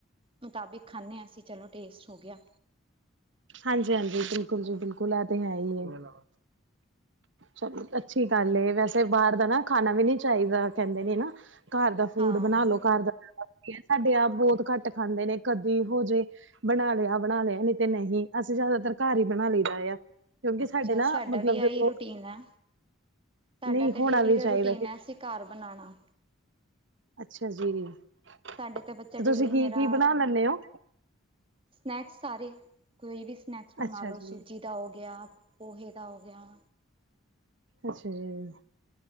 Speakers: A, on the right; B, on the right.
A: ਮੁਤਾਬਿਕ ਖਾਂਦੇ ਹਾਂ ਅਸੀਂ ਚਲੋ ਟੇਸਟ ਹੋ ਗਿਆ।
B: ਹਾਂਜੀ, ਹਾਂਜੀ ਬਿਲਕੁਲ ਜੀ ਬਿਲਕੁਲ ਇਹ ਤੇ ਹੈ ਹੀ ਹੈ। ਚਲੋ ਅੱਛੀ ਗੱਲ ਵੈਸੇ ਬਾਹਰ ਦਾ ਨਾ ਖਾਣਾ ਵੀ ਨਹੀਂ ਚਾਹੀਦਾ ਕਹਿੰਦੇ ਨੇ ਹਨ। ਘਰ ਦਾ ਫੂਡ
A: ਹਾਂ
B: ਬਣਾ ਲੋ ਘਰ ਦਾ ਸਾਡੇ ਆਪ ਬਹੁਤ ਘੱਟ ਖਾਂਦੇ ਨੇ ਕਦੇ ਹੋ ਜਾਏ ਬਣਾ ਲਿਆ, ਬਣਾ ਲਿਆ ਨਹੀਂ ਤੇ ਨਹੀਂ ਅਸੀਂ ਜਿਆਦਾਤਰ ਘਰ ਹੀ ਬਣਾ ਲਈਦਾ ਆ ਕਿਉਂਕਿ
A: ਅੱਛਾ
B: ਸਾਡੇ ਨਾ
A: ਸਾਡਾ
B: ਮਤਲਬ
A: ਵੀ
B: ਜਦੋਂ
A: ਆਹੀ ਰੂਟੀਨ ਆ ਸਾਡਾ
B: ਨਹੀਂ
A: ਤੇ
B: ਹੋਣਾ
A: ਡੇਲੀ
B: ਵੀ
A: ਦਾ
B: ਚਾਹੀਦਾ
A: ਰੂਟੀਨ
B: ਕਿ
A: ਹੈ ਅਸੀਂ ਘਰ ਬਣਾਉਣਾ।
B: ਅੱਛਾ ਜੀ ਤੇ
A: ਸਾਡੇ ਤਾਂ ਬੱਚਾ ਡੇਲੀ
B: ਤੁਸੀਂ ਕੀ
A: ਮੇਰਾ
B: ਕੀ ਬਣਾ ਲੈਂਦੇ ਹੋ।
A: ਸਨੈਕਸ ਸਾਰੇ ਕੋਈ ਵੀ ਸਨੈਕਸ ਬਨਵਾ
B: ਅੱਛਾ
A: ਲੋ
B: ਜੀ
A: ਸੂਜੀ ਦਾ ਹੋ ਗਿਆ ਪੋਹੇ ਦਾ ਹੋ ਗਿਆ।
B: ਅੱਛਾ ਜੀ।